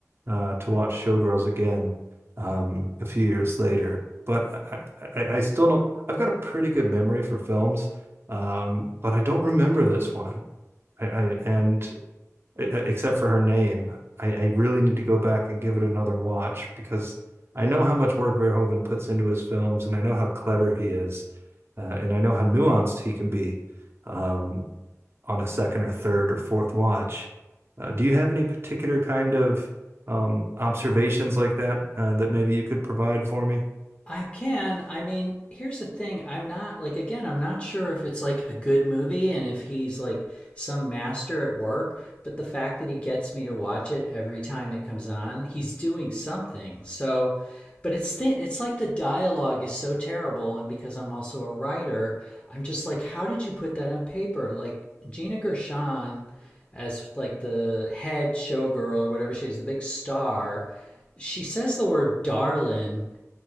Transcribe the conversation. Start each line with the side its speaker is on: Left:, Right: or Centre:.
Right: uh, to watch Showgirls again um, a few years later. But I, I, I still don't. I've got a pretty good memory for films, um, but I don't remember this one. I, I and e, e, except for her name. I, I really need to go back and give it another watch because I know how much work Verhoeven puts into his films, and I know how clever he is, uh, and I know how nuanced he can be um, on a second or third or fourth watch. Uh, do you have any particular kind of um, observations like that uh, that maybe you could provide for me?
Left: I can. I mean, here's the thing. I'm not like again, I'm not sure if it's like a good movie and if he's like some master at work, but the fact that he gets me to watch it every time it comes on, he's doing something. So, but it's th- it's like the dialogue is so terrible and because I'm also a writer, I'm just like how did you put that on paper? Like Gina Gershon as like the head showgirl or whatever she is, the big star, she says the word darling